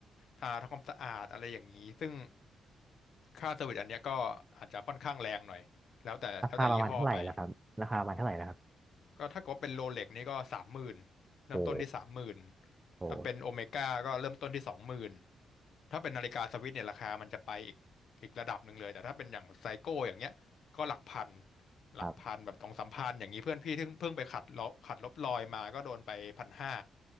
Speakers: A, on the left; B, on the right.
A: ทาทำความสะอาดอะไรอย่างนี้ ซึ่งค่าเซอร์วิสอันเนี้ยก็อาจจะค่อนข้างแรงหน่อย แล้วแต่แล้วแต่ยี่ห้อไป
B: ราคาประมาณเท่าไหร่ล่ะครับราคาประมาณเท่าไหร่ล่ะครับ
A: ก็ถ้าเกิดว่าเป็นโรเล็กนี่ก็สามหมื่นเริ่มต้นที่สามหมื่น
B: โอ้โห
A: ถ้าเป็นโอเมก้าก็เริ่มต้นที่สองหมื่นถ้าเป็นนาฬิกาสวิสเนี่ยราคามันจะไปอีกอีกระดับหนึ่งเลย แต่ถ้าเป็นอย่างไซโก้อย่างเงี้ยก็หลักพันหลักพันแบบสองสามพันอย่างนี้เพื่อนพี่เพิ่งเพิ่งไปขัดลบขัดลบรอยมาก็โดนไปพันห้า
B: ครับ